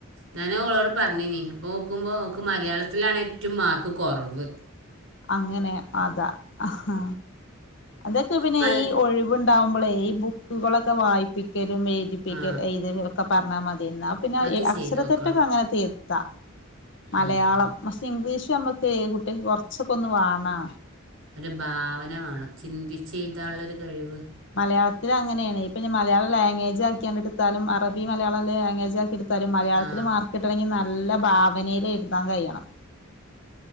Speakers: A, on the right (about 75°); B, on the left (about 60°).
A: ഞാന് ഓളോട് പറഞ്ഞീനീ നോക്കുമ്പോ ഓക്ക് മലയാളത്തിലാണ് ഏറ്റും മാർക്ക് കൊറവ്
B: അങ്ങനെ അതാ അഹാ അതൊക്കെ പിന്നെ
A: മൽ
B: ഈ ഒഴിവുണ്ടാവുമ്പോളേ ഈ ബുക്കുകളൊക്കെ വായിപ്പി ക്കലും എഴുതിപ്പിക്ക
A: ആ
B: <unintelligible> ഒക്കെ പർഞ്ഞാ മതി ന്നാ പിന്നെ
A: അത്
B: എഹ്
A: ചെയ്തു
B: അക്ഷര
A: നോക്കണം
B: തെറ്റൊക്കെ അങ്ങനെ തിര്ത്താ. മലയാളം
A: ഉം.
B: പക്ഷെ ഇംഗ്ലീഷ് അമ്മക്ക് കുട്ട്യെക്ക് കൊർച്ചൊക്കൊന്ന് വാണാ
A: ഒരു ഭാവന വാണം ചിന്തിച്ചെഴ്താനുള്ളൊരു കഴിവ്.
B: മലയാളത്തിൽ അങ്ങനേണ്. ഇപ്പഞ്ഞി മലയാള ലാംഗ്വേജ് ആക്കിയാണ്ട് എടുത്താലും അറബി മലയാളം ലാംഗ്വേജ് ആക്കി എടുത്ത് <inaudible> മലയാളത്തില്
A: ആ
B: മാർക്കിട്ടണങ്കിൽ നല്ല ഭാവനയിൽ എഴു <inaudible> കയ്യണം